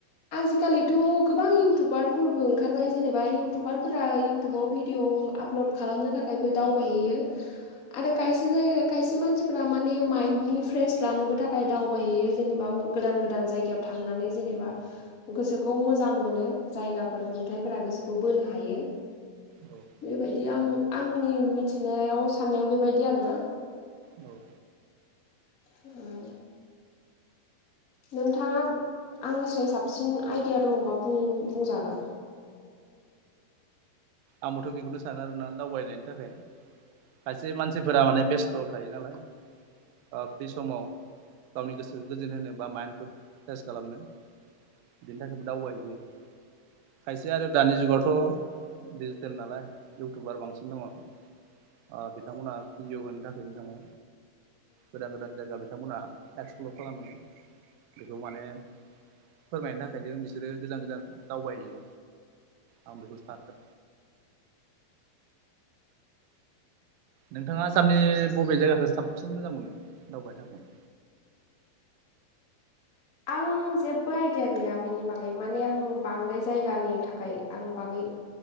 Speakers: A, on the left; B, on the right.
A: आजिखालिथ' गोबां इउटुबारफोरबो ओंखारबाय जेनेबा इउटुबारफोरा इउटुबाव भिडिअ' आप ब्लड खालामनो थाखायबो दावबायहैयो
B: <inaudible>
A: आरो कायसे जायोगा कायसे मानसिफोरा माने माइन्दनि फ्रेस लानोबो थाखाय दावबायहैयो जेनेबा उम गोदान गोद दान जायगायाव थांनानै जेनेबा गोसोखौ मोजां मोनो जायगाफोर नुंथायफोरा गोसोखौ बोनो हायो।
B: औ।
A: बेबायदि आं आंनि मिथिनायाव साननायाव बेबायदि आरोना।
B: औ।
A: उम। नोंथाङाब आंनिसाय साबसिन आइदिया दङबा बुं बुंजागोन!
B: आंबोथ' बेखौनो सानो आरोना दावबायनायनि थाखाय खायसे मानसिफोरा माने बेस्ट स' थायो नालाय ओ बे समाव गावनि गोसोखो गोजोन होनो बा माइनडखो फ्रेस खालामनो बिनि थाखायबो दावबाय हैैयो खायसे आरो दानि जुगआवथ' डिजिटेल नालाय इउटुबार बांसिन दङ ओ बिथांमोनहा भिदिअ होनो थाखायनो थाङो गोदान गोदान जायगा बिथांमोनहा एक्सप्लर खालामो बेखौबो माने फोरमायनो थाखायनो बिसोरो गोजान गोजान दावबायहायो आं बेखौसो थाथार नोंथाङा आसामनि बबे जायगाखौ साबसिन मोजां मोनो दावबायनो थाखाय
A: आं जेबो आयदिया गैया बेनि बागै माने आं बांद्राय जायगानि थाखाय आं बागै